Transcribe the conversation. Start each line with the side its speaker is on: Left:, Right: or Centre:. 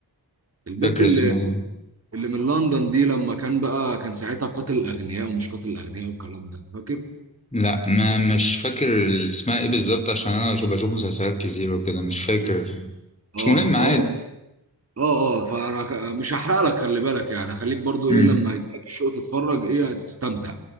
Right: البت
Left: فاكر
Right: اللي
Left: اسمه
Right: اللي من لندن دي لما كان بقى كان ساعتها قاتل الاغنياء ومش قاتل الاغنياء والكلام ده فاكر؟
Left: لا ما مش فاكر اسمها ايه بالظبط عشان انا بشوف بشوف مسلسلات كتير وكده مش فاكر
Right: اه
Left: مش مهم
Right: فهو
Left: عادي
Right: اه اه فانا ك- مش هحرق لك خلي بالك يعني خليك برضو ايه
Left: امم
Right: لما يجيلك الشوق تتفرج ايه هتستمتع